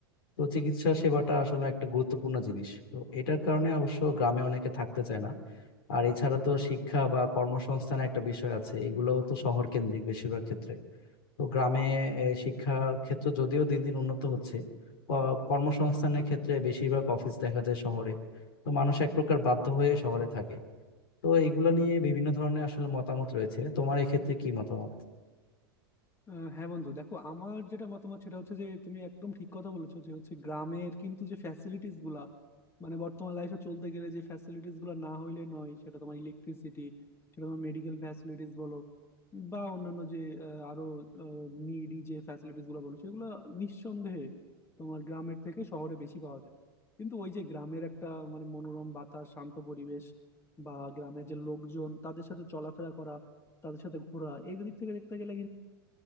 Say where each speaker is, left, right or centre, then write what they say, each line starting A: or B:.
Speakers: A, on the left (about 70°); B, on the left (about 20°).
A: তো চিকিৎসা সেবাটা আসলে একটা গুরুত্বপূর্ণ জিনিস তো এটার কারণে অবশ্য গ্রামে অনেকে থাকতে চায় না আর এছাড়া তো শিক্ষা বা কর্মসংস্থানের একটা বিষয় আছে এগুলোও তো শহর কেন্দ্রিক বেশিরভাগ ক্ষেত্রে তো গ্রামে আহ, শিক্ষা ক্ষেত্র যদিও দিন দিন উন্নত হচ্ছে ক- কর্মসংস্থানের ক্ষেত্রে বেশিরভাগ অফিস দেখা যায় শহরে তো মানুষ এক প্রকার বাধ্য হয়ে শহরে থাকে তো এইগুলো নিয়ে বিভিন্ন ধরনের আসলে মতামত রয়েছে তোমার এক্ষেত্রে কি মতামত
B: আহ হ্যাঁ বন্ধু দেখো আমার যেটা মতামত সেটা হচ্ছে যে তুমি একদম ঠিক কথা বলেছো যে হচ্ছে গ্রামের কিন্তু যে ফ্যাসিলিটিস গুলা মানে বর্তমান লাইফে চলতে গেলে যে ফ্যাসিলিটিস গুলা না হইলে নয় সেটা তোমার ইলেকট্রিসিটি সেটা তোমার মেডিকেল ফ্যাসিলিটিস বলো বা অন্যান্য যে আহ, আরো নিডি যে ফ্যাসিলিটিস গুলো বলো সেগুলো নিঃসন্দেহে তোমার গ্রামের থেকে শহরে বেশি পাওয়া যায় কিন্তু ওই যে গ্রামের একটা মানে মনোরম বাতাস শান্ত পরিবেশ বা গ্রামের যে লোকজন তাদের সাথে চলাফেরা করা তাদের সাথে ঘোরা এই দিক থেকে দেখতে গেলে